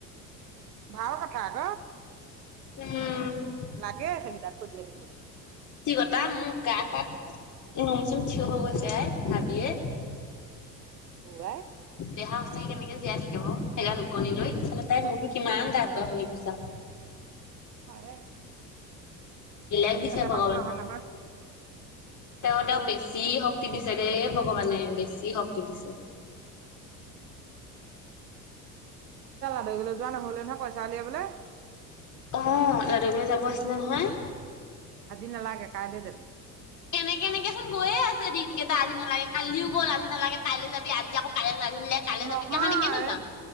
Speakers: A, on the right; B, on the left.
A: ভাল কথা আক।
B: উম,
A: লাগে সেইকেইটাক খুজিযাই থাকিবলৈ।
B: চিকতা মোৰ গা চা নোম চুম থিয় হৈ গৈছে আই ভাবিয়ে। অ'
A: উৱাই
B: দেহা সঁচাক কেনেকে জীয়াই থাকিব সেইগাল ওকনি লৈ তাই মোৰতো কিমান দাঠ বাও চুলি কোচা
A: পাৰে।
B: বেলেগ দিছে ভগৱান।
A: মানুহ নহয় নহয়
B: তেওঁ তেওঁ বেছি শক্তি দিছে দেই ভগৱানে বেছি শক্তি দিছে।
A: <inaudible> যোৱা নহ'লে নহয় পইচা উলিয়াবলৈ।
B: অ', দাদু গলৈ যাব আছিলে নহয়।
A: আজি নালাগে কাইলৈ যাবি।
B: কেনেকে এনেকে চোন গৈয়ে আছে দিন কেইটা আজি নালাগে কালিও গ'ল আজি নালাগে কাইি যাবি আজি আকৌ কাইলৈ নাজিলে। কাইলৈ
A: নহয়।
B: যাবি কাহানিকেনো যাম